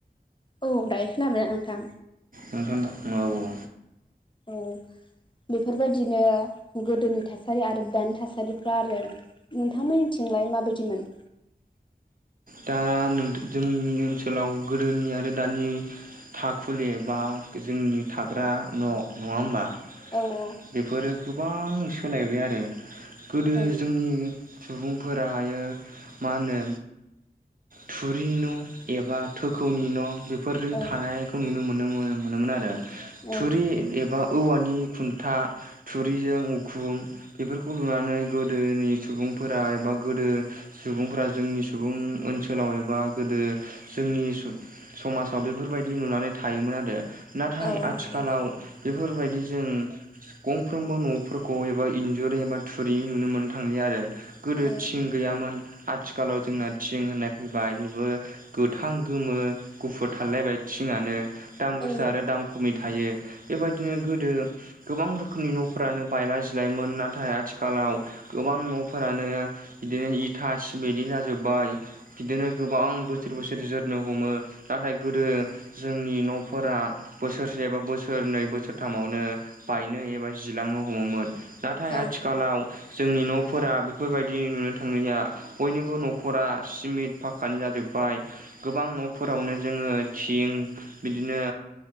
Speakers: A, on the left; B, on the right.
A: औ दायो खोनाबाय ना नोंथां
B: नोंथांना औ औ
A: औ बेफोरबायदिनो गोदोनि थासारि आरो दानि थासारिफ्रा आरो नोंथांमोनिथिंलाय माबायदिमोन
B: दा नों जोंनि ओनसोलाव गोदोनि आरो दानि थाखुलि बा जोंनि थाग्रा न' नङा होनबा
A: औ औ
B: बेफोरो गोबां सोलायबाय आरो गोदो
A: औ
B: जोंनि सुबुंफोराहायो मा होनो थुरिनि न' एबा थोखौनि न' बे फोरजों
A: औ
B: थानायखौ नुनो मोन मोनोमोन आरो
A: औ
B: थुरि एबा औवानि खुन्था थुरिजों उखुम बेफोरखौ लुनानै गोदोनि सुबुंफोरा एबा गोदो सुबुंफोरा जोंनि सुबुं ओनसोलाव एबा गोदो जोंनि समाजाव बेफोरबायदि लुनानै थायोमोन आरो नाथाय
A: औ
B: आथिखालाव
A: औ
B: बेफोरबायदिजों गंफ्रोमबो न'फोरखौ एबा इन्जुरि एबा थुरिनि नुनो मोननो थांलिया आरो गोदो
A: औ
B: थिं गैयामोन आथिखालाव जोंना थिं होननाय फैबाय बेबो गोथां गोमो गुफुद थालायलायबाय थिंआनो दाम गोसा
A: औ
B: आरो दाम खमि थायो बेबायदिनो गोदो गोबां रोखोमनि न'फोरानो बायला जिलामोन नाथाय आथिखालाव गोबां न'फोरानो बिदिनो इथा चिमेटनि जाजोबबाय बिदिनो गोबां बोसोर बोसोर जोरनो हमो नाथाय गोदो जोंनि न'फोरा बोसोरसे एबा बोसोरनै बोसोरथामावनो बायनो एबा जिलांनो हमोमोन नाथाय
A: औ
B: आथिखालाव जोंनि न'फोरा बेफोरबायदि नुनो थांलिया बयनिबो नखरा सिमिट फाखकानि जाजोबबाय गोबां न'फोरावनो जोङो थिं बिदिनो